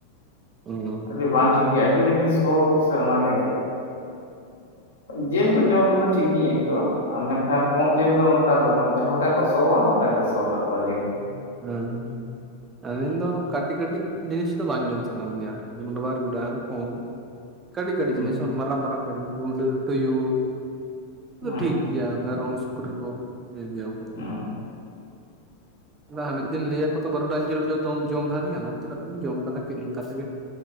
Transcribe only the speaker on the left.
ᱟᱹᱰᱤ ᱵᱟᱝ ᱴᱷᱤᱠ ᱟᱹᱰᱤ ᱨᱮᱜᱤᱸ ᱥᱚ ᱣᱟᱠᱚ ᱚᱱᱟ ᱜᱮ ᱡᱤᱞ ᱫᱚ ᱡᱚᱢ ᱨᱮ ᱫᱚ ᱴᱷᱤᱠ ᱜᱤᱧ ᱟᱹᱭᱠᱟᱹᱣ ᱟ ᱢᱮᱱᱠᱷᱟᱱ ᱠᱚᱸᱜ ᱡᱤᱞ ᱫᱚ ᱚᱱᱠᱟ ᱫᱚ ᱵᱟᱝ ᱡᱟᱦᱟ ᱞᱮᱠᱟ ᱠᱚ ᱥᱚᱣᱟ ᱚᱱᱠᱟ ᱜᱮ ᱥᱚ ᱛᱟᱠᱚᱣᱟ ᱡᱤᱞ
ᱦᱩᱸ
ᱦᱩᱸ
ᱦᱩ